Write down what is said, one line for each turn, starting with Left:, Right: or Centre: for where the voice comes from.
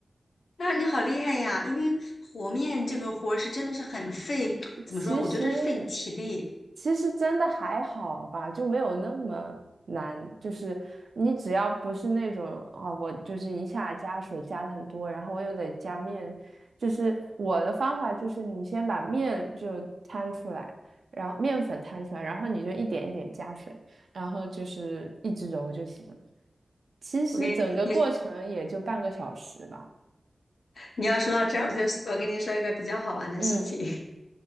Left: 那你好厉害呀！因为和面这个活儿是真的是很费，怎么说？
Right: 其实
Left: 我觉得是费你体力。
Right: 其实真的还好吧，就没有那么难。就是你只要不是那种啊，我就是一下加水加的很多，然后我又得加面。就是我的方法就是你先把面就摊出来，然后面粉摊出来，然后你就一点一点加水，然后就是一直揉就行了。其实整个过程也就半个小时吧。
Left: 我给你，你要说到这儿，我就我跟你说一个比较好玩的事情。
Right: 嗯
Left: <laughs>